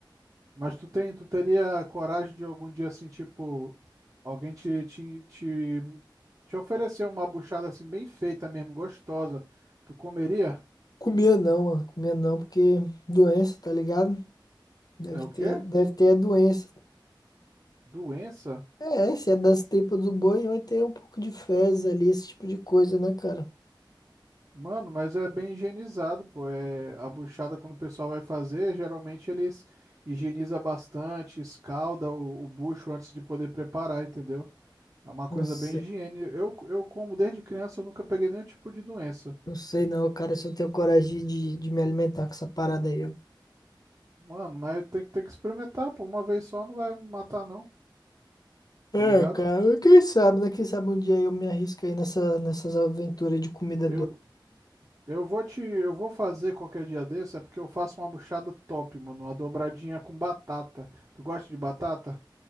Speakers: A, on the right (about 40°); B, on the left (about 50°).
A: Mas tu tem, tu teria coragem de algum dia assim, tipo, alguém te, te, te, te oferecer uma buchada assim bem feita mesmo, gostosa. Tu comeria?
B: Comia não, mano. Comia não, porque doença, tá ligado? Deve
A: É o
B: ter,
A: quê?
B: deve ter a doença.
A: Doença?
B: É, se é das tripas do boi, vai ter um pouco de fezes ali, esse tipo de coisa, né, cara?
A: Mano, mas é bem higienizado, pô. É, a buchada, quando o pessoal vai fazer, geralmente eles higieniza bastante, escalda o, o bucho antes de poder preparar, entendeu? É uma coisa
B: Não sei.
A: bem higiene. Eu, eu como desde criança, eu nunca peguei nenhum tipo de doença.
B: Não sei não, cara, se eu tenho coragem de, de me alimentar com essa parada aí. ó.
A: Mano, mas tem que ter que experimentar, pô. Uma vez só não vai me matar, não, tá
B: É,
A: ligado?
B: cara, quem sabe, né? Quem sabe um dia eu me arrisco aí nessa, nessas aventuras de comida
A: Eu,
B: doida.
A: eu vou te, eu vou fazer qualquer dia desse, é porque eu faço uma buchada top, mano. Uma dobradinha com batata. Tu gosta de batata?